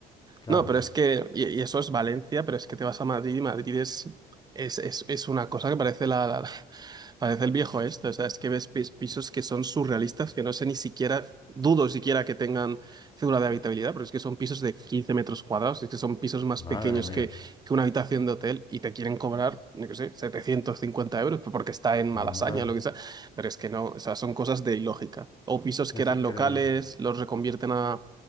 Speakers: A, on the left; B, on the right.
A: Claro.
B: No, pero es que, y, y eso es Valencia, pero es que te vas a Madrid y Madrid es, es, es, es una cosa que parece la, la- <laughs> parece el viejo este. O sea, es que ves pis- pisos que son surrealistas, que no sé ni siquiera, dudo siquiera que tengan cédula de habitabilidad, pero es que son pisos de 15 metros cuadrados, es que son pisos más
A: Madre
B: pequeños
A: mía.
B: que, que una habitación de hotel y te quieren cobrar, yo qué sé, 750 euros porque está en Malasaña
A: Madre
B: o lo que sea. Pero es que no, o sea, son cosas de ilógica. O pisos que
A: Es
B: eran
A: increíble.
B: locales, los reconvierten a